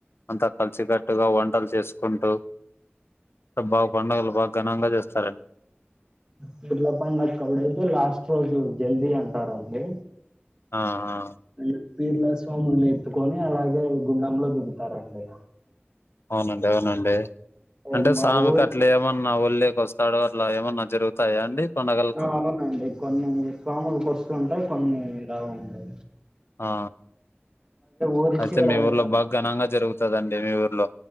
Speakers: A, on the left (about 70°); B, on the right (about 20°).
A: అంత కలిసికట్టుగా వంటలు చేసుకుంటూ బౌ పండగలు బాగ్ ఘనంగా చేస్తారం
B: పీర్ల పండకప్పుడైతే లాస్ట్ రోజు జల్దీ అంటారండి
A: ఆ ఆ
B: ఈ పీర్ల స్వాముల్ని ఎత్తుకొనీ అలాగే గుండంలో దిగుతారండి
A: అవునండె అవునండే
B: ఏ,
A: అంటే
B: మా
A: సామికి
B: ఊరు
A: అట్ల ఏమన్ మా ఊల్లోకి వస్తాడు అట్లా ఏమన్నా జరుగుతాయా అండి పండగలకి
B: ఆ అవునండి కొన్ని ఫాములకి వస్తుంటాయ్ కొన్నీ రావండే
A: ఆ
B: ఊరి
A: అయితే
B: చివర
A: మీ
B: ఉన్న
A: ఊర్లో బా ఘనంగా జరుగుతాదం ఏవేవి ఊర్లో